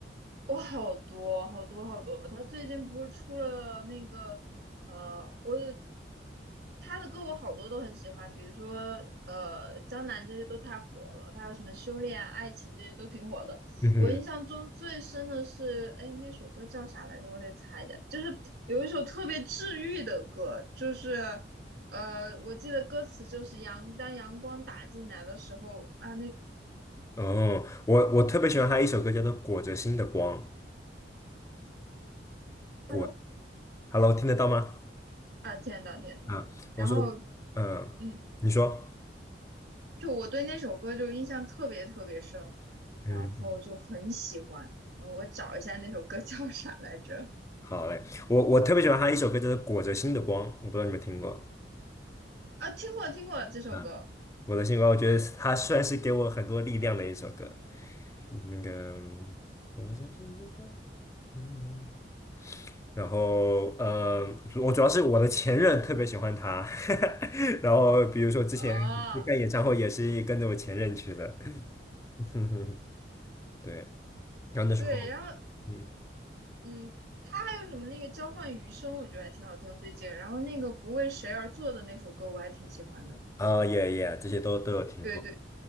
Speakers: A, on the right; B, on the left.
A: 我好多好多好多，他最近不是出了那个呃，我他的歌我好多都很喜欢，比如说呃《江南》这些都太火了，他有什么《修炼》《爱情》这些都挺火的。
B: 嗯
A: 我印象中最深的是，哎，那首歌叫啥来着？我得猜一下。就是有一首特别治愈的歌，就是呃，我记得歌词就是阳当阳光打进来的时候啊，那
B: 哼，哦，我我特别喜欢他一首歌叫做《裹着心的光》，裹
A: Hello
B: ，Hello，听得到吗？
A: 啊，天呐天呐，
B: 啊，
A: 然后。
B: 我说，嗯，
A: 嗯。
B: 你说。
A: 就我对那首歌就印象特别特别深，然后就很喜欢。
B: 嗯。
A: 嗯我找一下那首歌叫啥来着？
B: 好嘞，我我特别喜欢他一首歌，就是《裹着心的光》，我不知道你们听过。
A: 啊，听过听过这首歌。
B: 啊，《裹着心的光，我觉得他算是给我很多力量的一首歌。那个嗯裹着心的光，嗯。然后，呃，主我主要是我的前任特别喜欢他，<laughs> 然后比如说之前去看演唱会也是跟着我前任去的，
A: 哦，
B: <laughs> 对，然后那时候，
A: 对，然后
B: 嗯，
A: 嗯，他还有什么那个交换余生，我觉得还挺好听的最近。然后那个不为谁而作的那首歌，我还挺喜欢的。
B: 啊，也也，这些都都有听过。
A: 对对